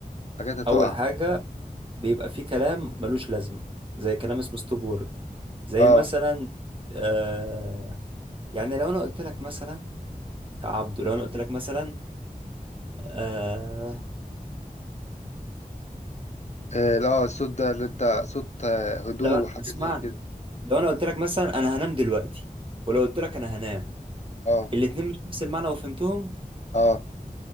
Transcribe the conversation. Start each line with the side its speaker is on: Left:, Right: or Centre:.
Left: وحاجات هتقع
Right: اول حاجه بيبقى في كلام ملوش لازمه زي كلام اسمه ستوب وورد زي
Left: اه
Right: مثلا آه يعني لو انا قلت لك مثلا يا عبدو لو انا قلت لك مثلا آه
Left: إيه، لا الصوت ده اللي انت صوت آه، هدوء
Right: لو
Left: وحاجات
Right: اسمعني
Left: زي كده
Right: لو انا قلت لك مثلا انا هنام دلوقتي ولو قلت لك انا هنام
Left: اه
Right: الاتنين مش نفس المعنى وفهمتهم
Left: اه